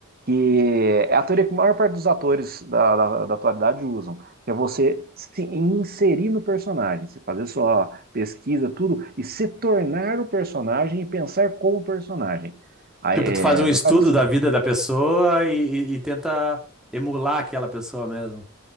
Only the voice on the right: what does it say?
que é a teoria que a maior parte dos atores da, da, da atualidade usam, que é você se inserir no personagem, você fazer sua pesquisa, tudo, e se tornar o personagem e pensar como personagem. Aí,
é,
no caso, assim,